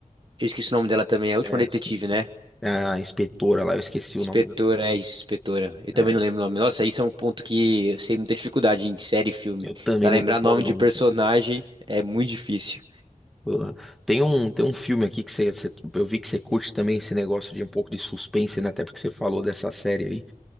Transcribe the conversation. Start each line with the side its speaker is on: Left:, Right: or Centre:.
Right: eu esqueci o nome dela também, é a última
Centre: É,
Right: detetive,
Centre: eu esqueci.
Right: né?
Centre: é, A inspetora lá, eu esqueci
Right: Inspetora,
Centre: o nome dela.
Right: é isso, inspetora. Eu
Centre: É,
Right: também não lembro o nome. Nossa, isso é um ponto que eu sei muita dificuldade em série e filme.
Centre: eu também
Right: Pra lembrar
Centre: não decoro
Right: nome
Centre: o nome,
Right: de personagem é muito difícil.
Centre: Porra. Tem um, tem um filme aqui que você, você- eu vi que você curte também esse negócio de um pouco de suspense, né? Até porque você falou dessa série aí.